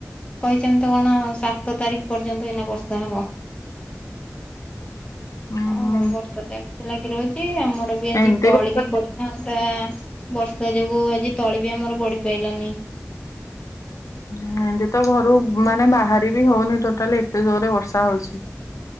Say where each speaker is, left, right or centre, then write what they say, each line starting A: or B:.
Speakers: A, on the left; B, on the left.
A: କହିଚନ୍ତି ତ କଣ ସାତ ତାରିଖ ପର୍ଯ୍ୟନ୍ତ ଏଇନା ବର୍ଷା ହବ।
B: ଉଁ
A: ହଁ
B: ହୁଁ
A: ହୋଉ ବର୍ଷା ତ ଏମିତି ଲାଗି ରହୁଚି ଆମର ବି ଆଜି
B: ଏମିତି
A: ତଳି
B: ବର୍ଷା
A: ବି ପଡିଥାନ୍ତା ବର୍ଷା ଯୋଗୁ ଆଜି ତଳି ବି ଆମର ବଡିି ପାଇଲାନି। <inaudible>
B: ଏମିତି ତ ଘରୁ ମାନେ ବାହାରି ବି ହଉନି ଟୋଟାଲି ଏତେ ଜୋରରେ ବର୍ଷା ହଉଛି।